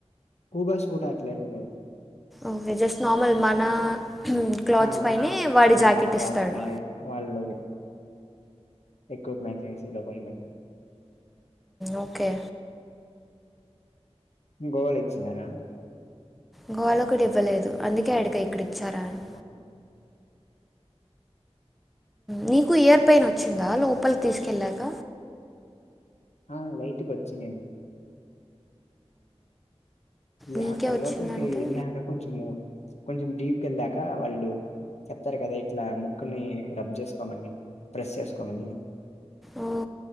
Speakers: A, on the left (about 80°); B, in the centre.
A: ఆబస్ ఫూటాట్లేం లేదు
B: ఓకే జస్ట్ నార్మల్ మన క్లాత్స్
A: ఆ
B: పైనే వాడి
A: ఆ
B: జాకెట్
A: మన క్లాస్
B: ఇస్తాడు
A: పైనే వాళ్ళు ఎక్విప్మెంట్స్ చేసి లో పపోడి
B: ఓకే
A: గోవాల్ ఇచ్చన్నారా
B: గోవాలోలకు ఇవ్వలేదు అందుకే అడిగా ఇక్కడి ఇచ్చారా అని
A: ఆహా
B: నీకు ఇయర్ పన్ వచ్చిందా లోపలికి తీసుకెళ్లాక
A: ఆ లైటుకి వచ్చింగ ఈ
B: నీకే
A: అక్కడ
B: వచ్చిందంటే
A: లోపలికిిరి వెళ్ళక కొంచము కొంచెం డీప్ వళ్ళాక వాళ్ళు చెప్తారు కదా ఇట్లా ముక్కుని రబ్ చేసు చసుకోమని ప్ర్రెష్ చేసుకోమని
B: ఓ